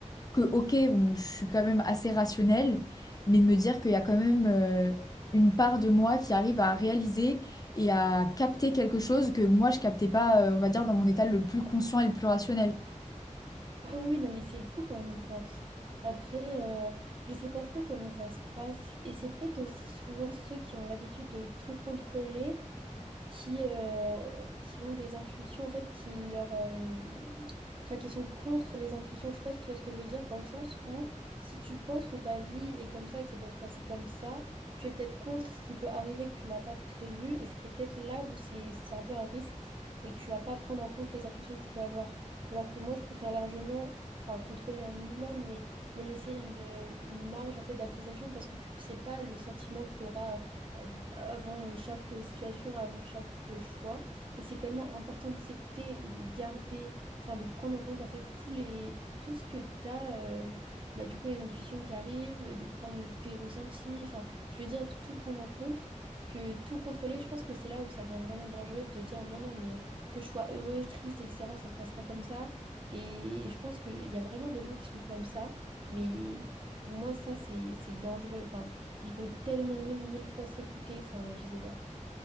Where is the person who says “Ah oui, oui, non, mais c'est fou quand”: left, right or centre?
Right